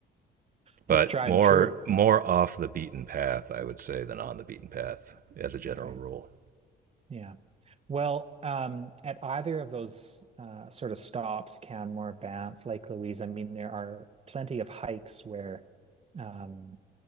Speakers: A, on the right (about 45°); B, on the right (about 30°).
A: But
B: That's tried
A: more
B: and true.
A: more off the beaten path, I would say, than on the beaten path as a general
B: Okay.
A: rule.
B: Yeah. Well, um, at either of those uh, sort of stops, Canmore, Banff, Lake Louise, I mean, there are plenty of hikes where um,